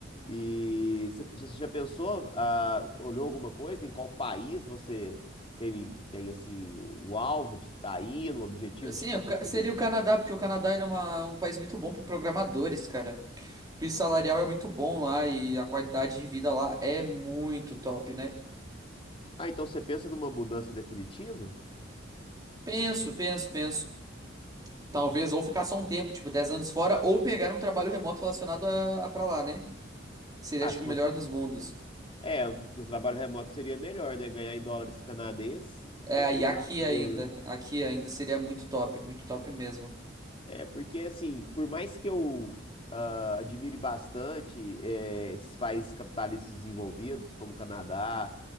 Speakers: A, on the left (about 30°); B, on the right (about 20°).
A: E você você já pensou, ah, olhou alguma coisa em qual país você tem, tem assim, o alvo de estar indo, o objetivo
B: Sim,
A: de estar
B: é o
A: conseguindo
B: Ca- seria o Canadá,
A: ir.
B: porque o Canadá ele é uma- um país muito bom para programadores, cara. O piso salarial é muito bom lá e a qualidade de vida lá é muito top, né?
A: Ah, então você pensa numa mudança definitiva?
B: Penso, penso, penso. Talvez ou ficar só
A: Sim.
B: um tempo, tipo 10 anos fora, ou pegar um trabalho remoto relacionado a, a pra lá, né? Que seria
A: Ah,
B: acho
A: se
B: que o
A: você.
B: melhor dos mundos.
A: É, do trabalho remoto seria melhor, né? Ganhar em dólares canadenses
B: É,
A: daqui
B: e
A: do Brasil,
B: aqui ainda,
A: né?
B: aqui ainda seria muito top, muito top mesmo.
A: É, porque assim, por mais que eu ah, admire bastante eh, esses países capitalistas desenvolvidos, como Canadá,